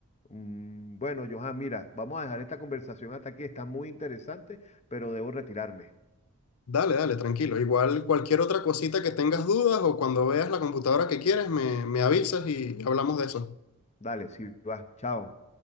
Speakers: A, on the left (about 30°); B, on the left (about 75°).
A: Mm, Bueno, Johan, mira, vamos a dejar esta conversación hasta aquí. Está muy interesante, pero debo retirarme.
B: Dale, dale, tranquilo. Igual cualquier otra cosita que tengas dudas o cuando veas la computadora que quieres, me, me avisas y hablamos de eso.
A: Dale, si vas, chao.